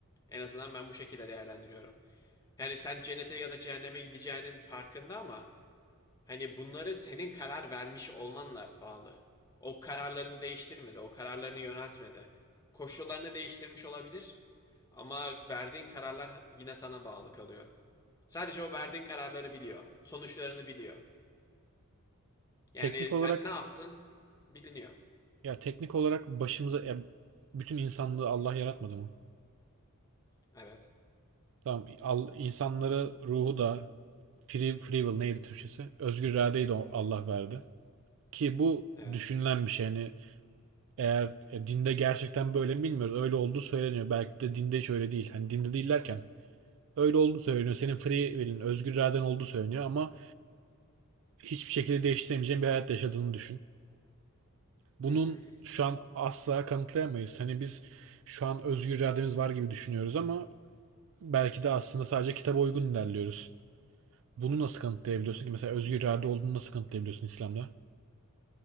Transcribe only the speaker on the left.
En azından ben bu şekilde değerlendiriyorum. Yani sen cennete ya da cehenneme gideceğinin farkında ama Hani bunları senin karar vermiş olmanla bağlı. O kararlarını değiştirmedi, o kararlarını yöneltmedi. Koşullarını değiştirmiş olabilir ama verdiğin kararlar yine sana bağlı kalıyor. Sadece o verdiğin kararları biliyor, sonuçlarını biliyor. Yani
sen ne yaptın biliniyor.
Evet,
evet.
Hı hı.